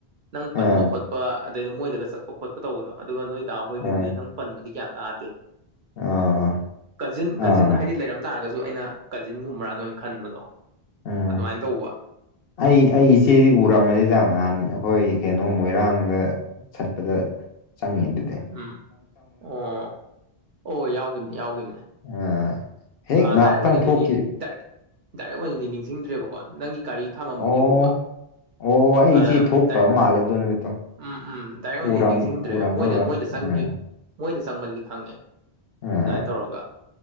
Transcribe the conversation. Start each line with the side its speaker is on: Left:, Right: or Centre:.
Right: ꯅꯪ
Left: ꯑꯥ
Right: ꯄꯟꯕ ꯈꯣꯠꯄ ꯑꯗꯩꯗꯤ ꯃꯣꯏꯗꯒ ꯆꯠꯄ ꯈꯣꯠ ꯇꯧꯕꯗꯣ ꯑꯗꯨꯒ ꯅꯣꯏꯗ ꯍꯣꯏꯒꯤꯗꯤ
Left: ꯑꯥ
Right: ꯅꯪ ꯄꯟꯕꯗꯤ ꯀꯌꯥ ꯇꯥꯗꯦ
Left: ꯑꯥ
Right: ꯀꯖꯤꯟ ꯀꯖꯤꯟ
Left: ꯑꯥ
Right: ꯍꯥꯏꯗꯤ ꯂꯩꯔꯝ ꯇꯥꯔꯒꯁꯨ ꯑꯩꯅ ꯀꯖꯤꯟꯒꯨꯝꯕ꯭ꯔꯅ ꯈꯟꯕꯗꯣ
Left: ꯎꯝ
Right: ꯑꯗꯨꯃꯥꯏꯅ ꯇꯧꯕ
Left: ꯑꯩ ꯑꯩ ꯏꯆꯦꯗꯤ ꯎꯔꯝꯃꯅꯤꯗ ꯉꯥꯍꯟ ꯑꯩꯈꯣꯏ ꯀꯩꯅꯣ ꯃꯣꯏꯔꯥꯡꯗ ꯆꯠꯄꯗ ꯆꯪꯉꯦ ꯗꯨ
Right: ꯎꯝ ꯑꯣ ꯑꯣ ꯌꯥꯎꯈꯤꯝꯅꯦ ꯌꯥꯎꯈꯤꯝꯅꯦ
Left: <unintelligible>
Right: ꯑꯥ
Left: ꯉꯥꯏꯍꯥꯛꯇꯪ
Right: ꯗꯥꯏꯔꯦꯛ ꯑꯣꯏꯅꯗꯤꯅꯤ
Left: ꯊꯣꯛꯈꯤ
Right: ꯗꯥꯏꯔꯦꯛ ꯗꯥꯏꯔꯦꯛ ꯑꯣꯏꯅꯗꯤ ꯅꯤꯡꯁꯤꯡꯗ꯭ꯔꯦꯕꯀꯣ ꯅꯪꯒꯤ ꯒꯥꯔꯤ ꯈꯥꯝꯃꯝꯕꯒꯤꯕꯨꯕ
Left: ꯑꯣ ꯑꯣ ꯑꯩꯆꯦ
Right: ꯑ
Left: ꯊꯣꯛꯇꯕ
Right: ꯗꯥꯏꯔꯦꯛ
Left: ꯃꯥꯜꯂꯦ ꯗꯣ ꯅꯨꯃꯤꯠꯇꯣ
Right: ꯎꯝ ꯎꯝ ꯗꯥꯏꯔꯦꯛ ꯑꯣꯏꯟꯗꯤ
Left: ꯎꯔꯝ
Right: ꯅꯤꯡꯁꯤꯡꯗ꯭ꯔꯦ
Left: ꯎꯔꯝꯃꯔꯣꯏ
Right: ꯃꯣꯏꯗ ꯃꯣꯏꯗ ꯆꯪꯈꯤꯕ
Left: ꯎꯝ
Right: ꯃꯣꯏꯗ ꯆꯪꯕꯗꯨꯗꯤ ꯈꯪꯉꯦ
Left: ꯎꯝ
Right: ꯗꯥꯏꯟ ꯇꯧꯔꯒ